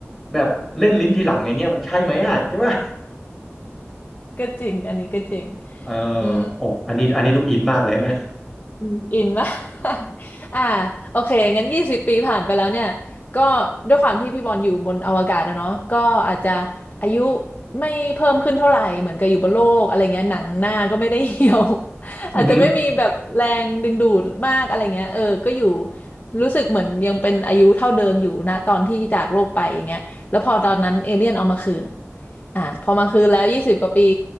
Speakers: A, in the centre; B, on the left.
A: แบบเล่นลิ้นทีหลังอย่างเงี้ยมันใช่ไหมอ่ะใช่ปะ
B: ก็จริงอันนี้ก็จริง
A: เออ
B: อืม
A: โอ้อันนี้อันนี้ดูอินมากเลยนะ
B: อืมอินมาก <laughs> อ่า โอเคงั้นยี่สิบปี ผ่านไปแล้วเนี่ย ก็ด้วยความที่พี่บอลอยู่บนอวกาศอะเนาะก็อาจจะ อายุไม่เพิ่มขึ้นเท่าไหร่เหมือนกับอยู่บนโลก อะไรเงี้ยหนังหน้าก็ไม่ได้เหี่ยว <laughs>
A: อือหือ
B: อาจจะไม่มีแบบแรงดึงดูดมาก อะไรเงี้ย เออ ก็อยู่ รู้สึกเหมือนยังเป็นอายุเท่าเดิมอยู่นะ ตอนที่จากโลกไป อย่างเงี้ย แล้วพอตอนนั้น เอเลี่ยนเอามาคืนอ่าพอมาคืนแล้วยี่สิบกว่าปี